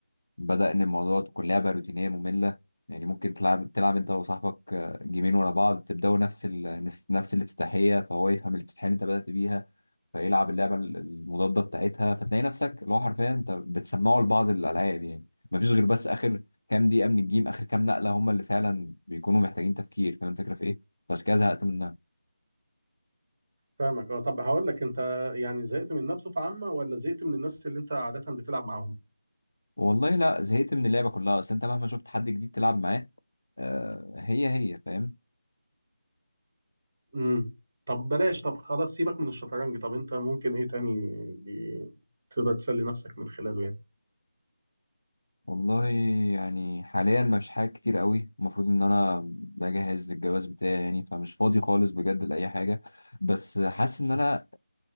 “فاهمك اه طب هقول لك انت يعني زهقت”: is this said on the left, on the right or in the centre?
Right